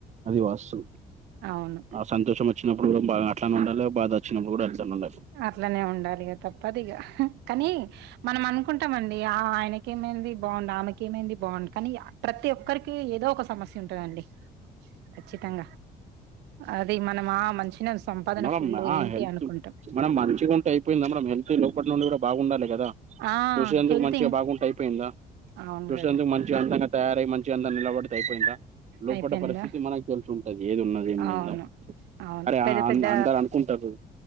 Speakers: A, on the right (about 45°); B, on the right (about 85°).
A: అది వాస్తవం
B: అవును
A: ఆ సంతోషం వచ్చినప్పుడు <unintelligible> బాగా అట్లానే ఉండాల బాధ <unintelligible>
B: అట్లనే ఉండాలిగా తప్పదు ఇక కానీ మనం అనుకుంటామండి ఆ ఆయన ఏమైంది బాగుండు ఆమెకి ఏమైంది బాగుండు కానీ ప్రతి ఒక్కరికి ఏదో ఒక సమస్య ఉంటదండి ఖచ్చితంగా అది మనమా మంచినే సంపాదన
A: మనం
B: ఫుల్లు
A: ఆ
B: ఏంటి
A: హెల్త్
B: అనుకుం <unintelligible>
A: మనం మంచిగాంట అయిపోయింది మనం హెత్ లోపటి నుండి కూడా బాగుండాలి కదా
B: ఆ
A: చూసేందుకు
B: హెల్త్
A: మంచిగా
B: ఇం
A: బాగుంటే అయిపోయిందా
B: అవును
A: చూసేందుకు
B: కదా
A: మం మంచి అంతంగా తయారై మంచి అంత నిలబడితే అయిపోయిందా లోప
B: అయిపోయిందా
A: పరిస్థితి మనకి తెలుసి ఉంటది ఏది ఉన్న
B: అవును అవును
A: అరే
B: పెద్ద
A: అ
B: పెద్ద
A: అందరు అనుకుంటారు